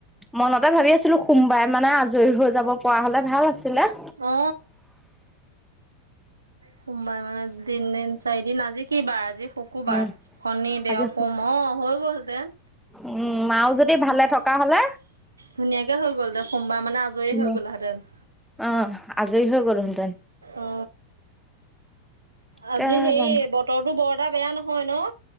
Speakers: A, in the centre; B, on the right (about 75°).
A: মনতে ভাবি আছিলো সোমবাৰে মানে আজৰি হৈ যাব পৰা হলে ভাল আছিলে।
B: অ। সোমবাৰ মানে তিনদিন, চাৰিদিন আজি কি বাৰ আজি শুকুবাৰ,
A: উম
B: শনি, দেও,
A: আজি
B: সোম অ হৈ গলহেঁতেন।
A: উম মাও যদি ভালে থকা হলে
B: ধুনীয়াকে হৈ গ'ল হেঁতেন সোমবাৰ মানে আজৰি
A: তুমি
B: হৈ গ'লা হেঁতেন।
A: অ', আজৰি হৈ গ'লো হেঁতেন।
B: অ
A: এতিয়া
B: আজি হেৰি,
A: জানো
B: বতৰটো বৰ এটা বেয়া নহয় ন?